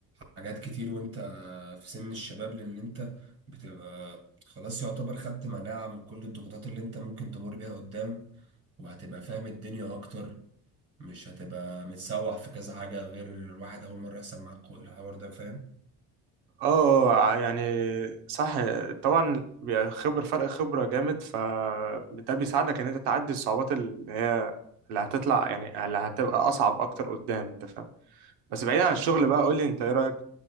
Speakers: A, on the right; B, on the right.
A: حاجات كتير وانت في سن الشباب لان انت بتبقى خلاص يعتبر خدت مناعة من كل الضغوطات اللي انت ممكن تمر بيها قدام وهتبقى فاهم الدنيا اكتر مش هتبقى متسوح في كذا حاجة غير واحد اول مرة يحصل معاك الحوار ده فاهم
B: اه ع- يعني صح طبعا بيبقى خبر فرق خبرة جامد فده بيساعدك ان انت تعدي الصعوبات اللي هي اللي هتطلع يعني اللي هتبقى اصعب اكتر قدام انت فاهم بس بعيدا عن الشغل بقى قول لي انت ايه رأيك